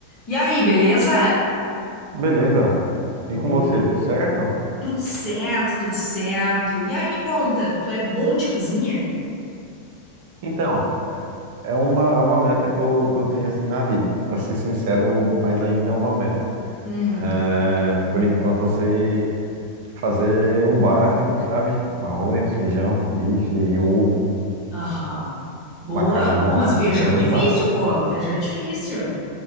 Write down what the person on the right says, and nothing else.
Beleza.
E com você, tudo certo?
Então, é uma, é uma meta que eu, que eu tenho assim na vida. Pra ser sincero, mas ainda é uma meta.
É, por enquanto eu sei fazer o básico, sabe? Um arroz, feijão, bife, ovo,
macarrão,
coisas
básicas.